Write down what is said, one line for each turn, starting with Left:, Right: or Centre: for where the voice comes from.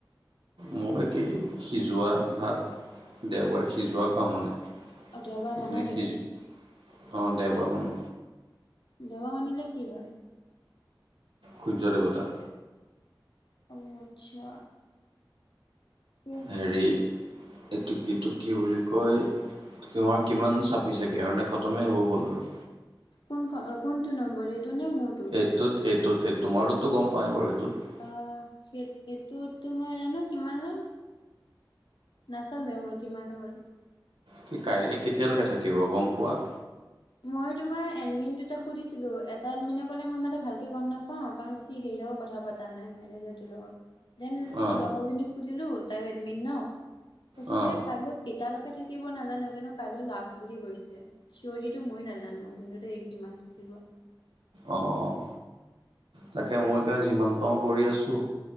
Right: মোৰো একেই সিজোৱা ভাত, দেওবাৰে সিজোৱা খাওঁ মানে।
Left: অ দেওবাৰ
Right: সেইখিনি
Left: মানা নেকি
Right: সিজ, অ দেওবাৰ মান
Left: দেওবাৰ মানিলে কি হয়?
Right: সূৰ্য দেৱতা।
Left: অ, আচ্ছা। ঠিকে আছে
Right: হেৰি, এইটো কিটো কি বুলি কয়? তোমাৰ কিমান চাপি চেগে আৰু নে খতমেই হ'ব হ'ল আৰু?
Left: কোন খ, কোনটো নম্বৰ এইটো নে মোৰটো?
Right: এইটোত, এইটোত তোমাৰতো গম পাও বাৰু এইটোত?
Left: অ, সেইটোতো মই জানো কিমান হল? নাচালোৱে মই, কিমান হ'ল।
Right: কি কাইলৈ, কেতিয়ালৈকে থাকিব গম পোৱা?
Left: মই তোমাৰ এডমিন দুটাক সুধিছিলো, এটা এডমিনে ক'লে, মই ইমান এটা ভালকে গম নাপাওঁ কাৰণ সি হেৰিৰ লগত কথা পতা নাই মেনেজাৰটোৰ লগত, দেন
Right: অ
Left: লগৰজনী সুধিলো, তাইয়ো এডমিন ন। কৈছে
Right: অ
Left: যে, কাইলৈ কেতিয়ালৈকে থাকিব নাজানো, কিন্তু কাইলৈ লাষ্ট বুলি কৈছে চিঞৰ মই নাজানো, কিন্তু দেই কিমান থাকিব?
Right: অ', অ'। তাকে, মই সেইকাৰণে যিমান পাৰোঁ কৰি আছোঁ,